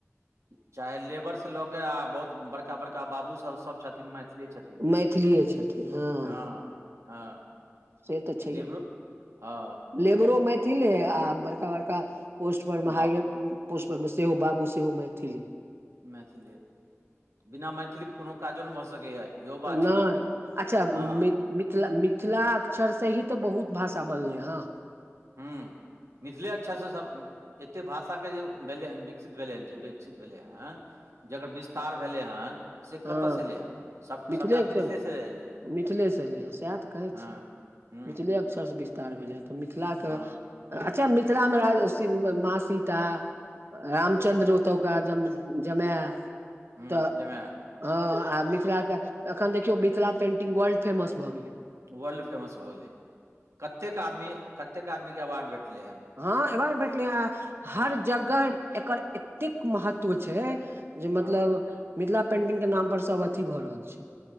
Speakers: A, on the right; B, on the right.
A: चाहे लेबरस लऽक, आ बहुत बड़का- बड़का बाबु सब सब छथिन मैथिली छथिन।
B: मैथिलीए छथिन हँ
A: हा हा
B: से तऽ छैहे
A: लेब्रो हा।
B: लेबरो मैथिल हे, आ बड़का -बड़का पोस्ट पर महाइर
A: बा
B: पोस्ट पर मे सेहो, बाबुसेहो मैथिल!
A: मैथिली बिना, मैथिलीके कोनो काजो नै भऽ सकैए। इहो बात छै
B: नै अच्छा!
A: हँ
B: मि मिथिला मिथिला अक्षर से ही तऽ, बहुत भाषा बनलै ह।
A: हु, मिथिले अक्षरस सब एतेक भाषाके जे भेलै हन, विकसित भेलै हन जे भी। विकसित भेलै हन, जकर विस्तार भेलै हन। से कतयसँ
B: ह,
A: एलै हन सभ
B: मिथिलेके
A: सभटा तऽ मिथिलेसँ
B: च
A: एलै
B: मिथिलेस एयलै हे, सएह तऽ कहैय
A: हँ
B: छी।
A: हूँ
B: मिथिले अक्षरस विस्तार भेलै हे, तऽ मिथिलाक
A: हँ
B: अच्छा मिथिलामे रहल सीन माँ सीता। रामचन्द्र ओतौका ज जमैय
A: हुं
B: तऽ।
A: जाहिमे
B: ह आ मिथिलाके एखन देखियौ मिथिला पेंटिंग वर्ल्ड फेमस भऽ गेलैय।
A: वर्ल्ड फेमस भऽ गेलैय कतेक आदमी कतेक आदमीके अवार्ड भेटलैय हन।
B: ह अवार्ड भेटलैय ह
A: हँ
B: हर जगह एकर एतेक महत्व छैय। जे मतलब
A: हँ
B: मिथिला पेंटिंग के नाम पर सब अथी भऽ रहल छैय